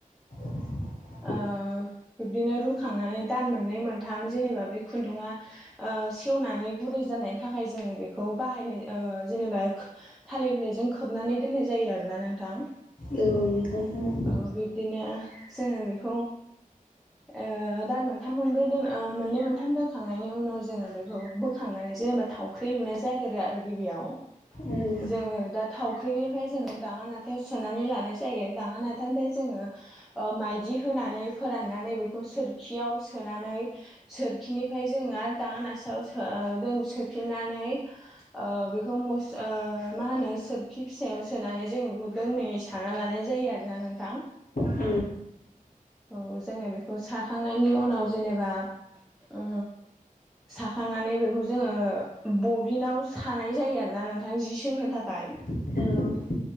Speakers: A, on the left; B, in the centre.
A: <inaudible>
B: ओ बिब्दिनो रुखांनानै दान मोननै मोनथाम जेनेबा बै खुन्दुङा ओ सेवनानै गुरै जानायनि थाखाय जोङो बेखौ बाहायनाय ओ जेनेबा थालिर बिलाइजों खोब नानै दोननाय जायो आरोना नोंथां।
A: औ नोंथां खोनादों
B: ओ बिब्दिनो जोङो बेखौ ओ दान मोनथाम मोनब्रै दोन ओ मोननै मोनथाम दोनखांनायनि उनाव जोङो बेखौ बोखांनानै जेनेबा थावख्रि लुनाय जागोरो आरो गिबियाव।
A: उम उम
B: जोङो दा थावख्रिनिफ्राय जोङो दाङा नाथायाव सोनानै लानाय जा यो दाङा नाथा ओ जोङो माइदि होनानै फोराननानै बेखौ सोरखियाव सो नानै सोरखिनिफ्राय जोङो आरो दाङा नासायाव सो ओ सोफिननानै। ओ बेखौ मुस ओ मा होनो सोरखि फिसायाव सोनानै जोङो बेखौ दोंनै सा ना लानाय जायो आरोना नोंथां‌
A: औ
B: औ जोङो बेखौ साखांनायनि उनाव जेनेबा ओ साखांनानै बेखौ जोङो बबिनाव सानाय जायो आरोना नोंथां जि सोंनो थाखाय।
A: औ